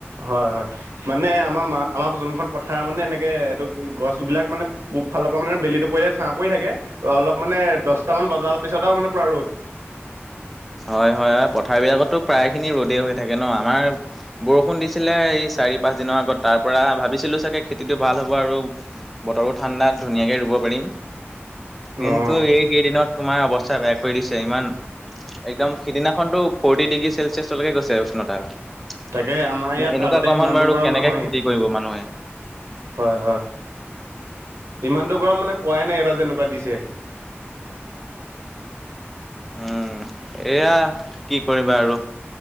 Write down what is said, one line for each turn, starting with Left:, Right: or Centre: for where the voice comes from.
Right: হয় হয় মানে আমাৰ আমাৰ যোনখন পথাৰ মানে এনেকে এইটো গছ বিলাক মানে পূব ফালৰ পৰা মানে বেলিটো পৰিলে ছাহ পৰি থাকে। অলপ মানে দহটামান বজাল পিছত মানে পুৰা ৰ'দ।
Centre: হয় হয় পথাৰ বিলাকতো প্ৰায় খিনি ৰ'দেই হৈ থাকে ন আমাৰ বৰষুণ দিছিলে এই চাৰি পাঁচ দিনৰ আগত তাৰ পৰা ভাবিছিলো চাগে খেতিতটো ভাল হ'ব আৰু বতৰো ঠাণ্ডা ধুনীয়াকে ৰুব পাৰিম, কিন্তু
Right: অঁ
Centre: এইকেইদিনত তোমাৰ অৱস্থা বেয়া কৰি দিছে ইমান একদম সিদিনাখনতো ফৰ্টি ডিগ্ৰী চেলচিয়াছলৈকে গৈছে উষ্ণতাটো
Right: তাকে আমাৰ ইয়াত
Centre: এনেকুৱা
Right: আগতে
Centre: গৰমত
Right: সিমানটো
Centre: বাৰু
Right: গৰম
Centre: কেনেকে
Right: নহয়েই
Centre: খেতি কৰিব মানুহে।
Right: হয় হয় ইমানটো গৰম মানে পোৱাই নাই এইবাৰ যেনেকুৱা দিছে।
Centre: উম এয়া কি কৰিবা আৰু